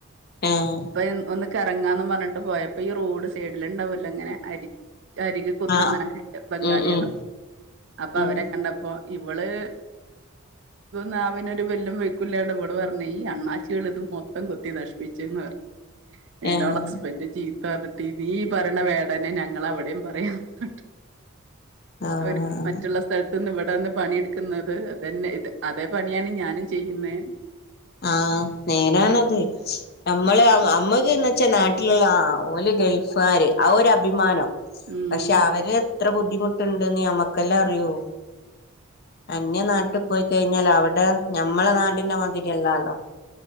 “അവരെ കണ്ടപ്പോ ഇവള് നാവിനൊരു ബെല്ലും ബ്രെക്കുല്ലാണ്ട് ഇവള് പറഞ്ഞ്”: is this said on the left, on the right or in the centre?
Right